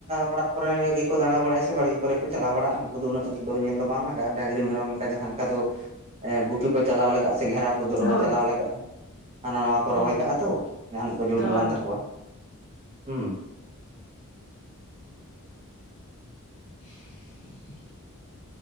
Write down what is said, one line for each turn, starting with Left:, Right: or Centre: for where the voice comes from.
Right: ᱚᱲᱟᱜ ᱠᱚᱨᱮ ᱜᱮᱠᱚ ᱫᱟᱬᱟ ᱵᱟᱲᱟᱭᱟ ᱥᱮ ᱵᱟᱲᱜᱮ ᱠᱚᱨᱮ ᱠᱚ ᱪᱟᱞᱟᱣ ᱵᱟᱲᱟᱜᱼᱟ ᱫᱚ ᱩᱱᱟᱹᱜ ᱫᱚ ᱧᱮᱞ ᱫᱚ ᱵᱟᱝ ᱞᱟᱜᱟᱜᱼᱟ ᱰᱟᱹᱝᱨᱤ ᱢᱮᱨᱚᱢ ᱞᱮᱠᱟ ᱡᱟᱦᱟᱸ ᱞᱮᱠᱟ ᱫᱚ᱾ ᱜᱩᱯᱤ ᱠᱚ ᱪᱟᱞᱟᱣ ᱞᱟᱜᱟᱜᱼᱟ ᱥᱮ ᱜᱷᱮᱨᱟᱣ ᱠᱚ
Left: ᱦᱳᱭ
Right: ᱪᱟᱞᱟᱣ
Left: ᱦᱳᱭ
Right: ᱞᱟᱜᱟᱜᱼᱟ ᱦᱟᱱᱟ ᱱᱟᱣᱟ ᱠᱚ
Left: ᱦᱩᱸ
Right: ᱨᱚᱦᱚᱭ
Left: ᱦᱩᱸ
Right: ᱠᱟᱜᱼᱟ ᱛᱚ ᱡᱟᱦᱟᱱᱟᱜ ᱠᱚ ᱡᱚᱢ ᱮᱢᱟᱱ
Left: ᱦᱳᱭ
Right: ᱛᱟᱠᱚᱣᱟ
Left: ᱦᱳᱭ
Right: ᱦᱩᱸ
Left: <unintelligible>